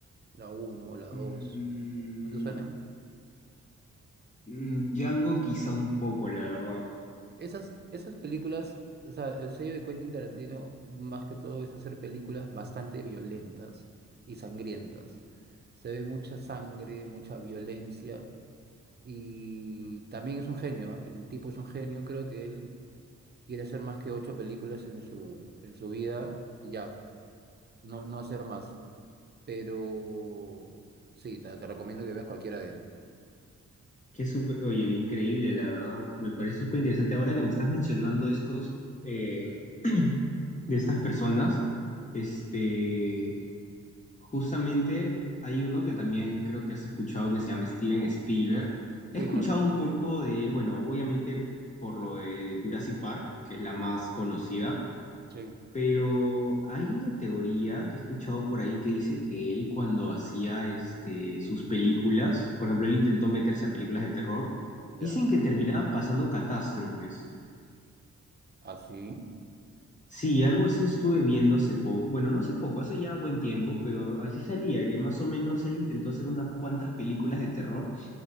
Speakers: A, on the right (about 35°); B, on the left (about 25°).
A: la uno, la dos,
B: Mm,
A: ¿no te suenan?
B: Mm, Django quizá un poco, la verdad.
A: Esas, esas películas, o sea, el sello de Quentin Tarantino más que todo es hacer películas bastante violentas y sangrientas. Se ve mucha sangre, mucha violencia y también es un genio, ¿ah? El tipo es un genio, creo que él quiere hacer más que ocho películas en su, en su vida y ya, no, no hacer más. Pero sí, te, te recomiendo que veas cualquiera de él.
B: Que súper, oye, increíble, la verdad. Me parece súper interesante. Ahora que me estás mencionando estos, eh, <clears throat> de estas personas, este, justamente hay uno que también creo que has escuchado que se llama Steven Spielberg. He
A: Sí,
B: escuchado
A: claro,
B: un poco de él, bueno, obviamente por lo de Jurassic Park, que es la más conocida
A: sí,
B: Pero hay una teoría que he escuchado por ahí que dice que él cuando hacía este, sus películas, por ejemplo, él intentó meterse a películas de terror,
A: ya.
B: dicen que terminaban pasando catástrofes.
A: ¿Así? Ah, sí?
B: Sí, algo así estuve viendo hace poco, bueno, no hace poco, hace ya buen tiempo, pero así salía, que más o menos él intentó hacer unas cuantas películas de terror